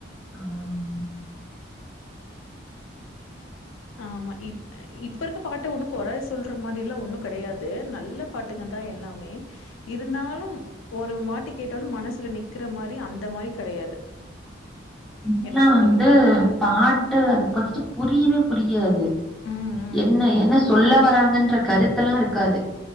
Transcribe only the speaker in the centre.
அ ம்
இதெல்லா
வந்து
பாட்டு அதுக ஃபஸ்ட்டு புரியவே புரியாது
என்ன என்ன சொல்ல வராங்கன்ற கருத்தெல்லா இருக்காது